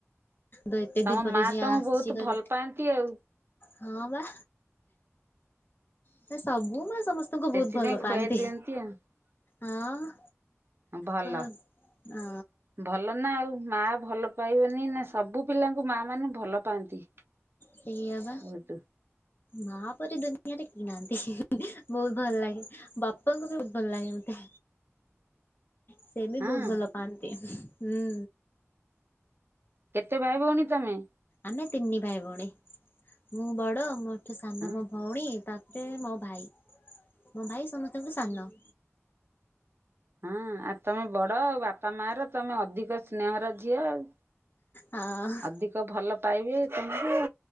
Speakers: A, on the left; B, on the right.
A: ତ ଏତେ
B: ତମ
A: ଦିନ ପରେ
B: ମା
A: ଝିଅ
B: ତମକୁ
A: ଆସିଛି
B: ବହୁତ
A: ଘର
B: ଭଲ ପାଆନ୍ତି ଆଉ।
A: ହଁ ବା। ସେ ସବୁ ମା ସମସ୍ତଙ୍କୁ
B: ସେଥିପାଇଁ
A: ବହୁତ ଭଲ
B: ଖୁଆଇ
A: ପାଆନ୍ତି।
B: ଦିଅନ୍ତି ଆଉ
A: ହଁ,
B: ଭଲ।
A: ତ ଅ
B: ଭଲ ଭଲ ନା ଆଉ ମା ଭଲ ପାଇବନି ନା ସବୁ ପିଲାଙ୍କୁ ମା ମାନେ ଭଲ ପାଆନ୍ତି।
A: ସେଇଆ ବା।
B: ବହୁତ
A: ମା ପରି ଦୁନିଆରେ କିନାନ୍ତି, ବହୁତ୍ ଭଲ ଲାଗେ। ବାପାଙ୍କୁ ବି ବହୁତ ଭଲ ଲାଗେ ମତେ। ସେ ବି
B: ହଁ
A: ବହୁତ ଭଲ ପାଆନ୍ତି, ହୁଁ।
B: କେତେ ଭାଇ ଭଉଣି ତମେ?
A: ଆମେ ତିନି ଭାଇ ଭଉଣୀ, ମୁଁ ବଡ, ମୋଠୁ ସାନ
B: ହଁ
A: ମୋ ଭଉଣୀ, ତାପରେ ମୋ ଭାଇ, ମୋ ଭାଇ ସମସ୍ତଙ୍କୁ ସାନ।
B: ହଁ, ଆଉ ତମେ ବଡ ଆଉ, ବାପା ମା ର, ତମେ ଅଧିକ ସ୍ନେହର ଝିଅ ଆଉ।
A: ହଁ ଅ
B: ଅଧିକ ଭଲ ପାଇବେ ତୁମକୁ?